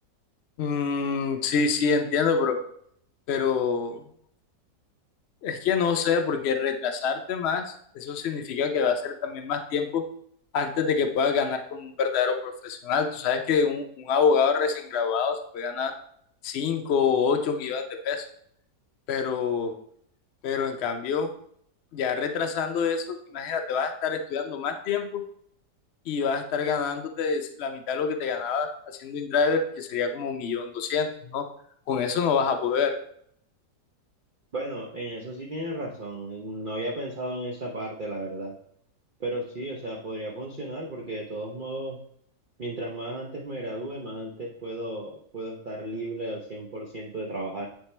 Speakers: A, on the left; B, on the right.
A: Mm, sí, sí, entiendo, pero, pero Es que no sé, porque retrasarte más, eso significa que va a ser también más tiempo antes de que puedas ganar como un verdadero profesional. Tú sabes que un, un abogado recién graduado se puede ganar 5 o 8 millones de pesos, pero, pero en cambio, ya retrasando eso, imagínate, vas a estar estudiando más tiempo y vas a estar ganándote la mitad de lo que te ganabas haciendo InDriver, que sería como un millón doscientos, ¿no? Con eso no vas a poder.
B: Bueno, en eso sí tienes razón. No había pensado en esa parte, la verdad. Pero sí, o sea, podría funcionar porque de todos modos, mientras más antes me gradúe, más antes puedo, puedo estar libre al 100% de trabajar.